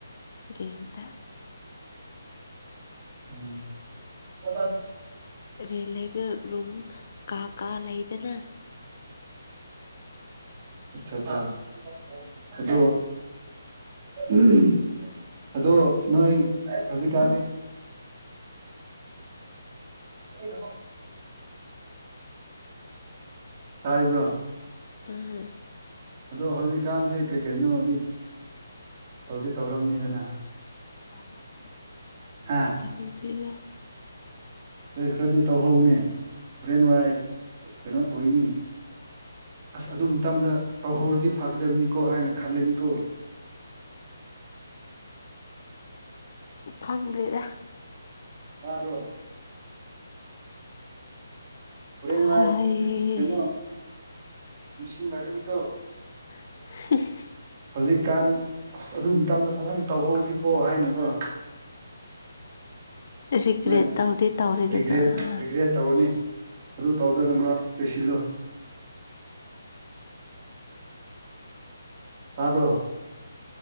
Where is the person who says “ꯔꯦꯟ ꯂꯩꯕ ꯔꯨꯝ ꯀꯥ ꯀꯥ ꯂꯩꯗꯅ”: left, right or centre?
Left